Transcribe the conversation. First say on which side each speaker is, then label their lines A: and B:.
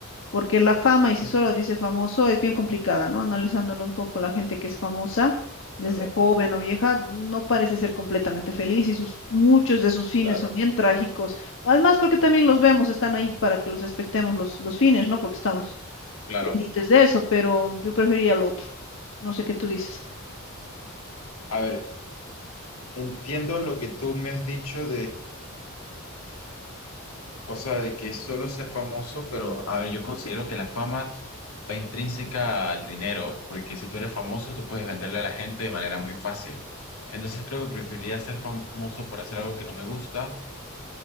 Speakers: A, on the left; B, on the left.
A: porque la fama, y si
B: Ujú.
A: solo dice famoso, es bien complicada, ¿no? Analizándolo un poco, la gente que es famosa,
B: claro,
A: desde joven o vieja, no parece ser completamente feliz y sus, muchos de sus fines
B: claro,
A: son bien trágicos. Además, porque también los vemos, están ahí para que los expectemos los, los fines, ¿no? Porque estamos
B: claro.
A: pendientes de eso, pero yo preferiría el otro. No sé qué tú dices.
B: A ver, entiendo lo que tú me has dicho O sea, de que es solo ser famoso, pero a ver, yo considero que la fama va intrínseca al dinero, porque si tú eres famoso, tú puedes venderle a la gente de manera muy fácil. Entonces creo que preferiría ser famoso por hacer algo que no me gusta,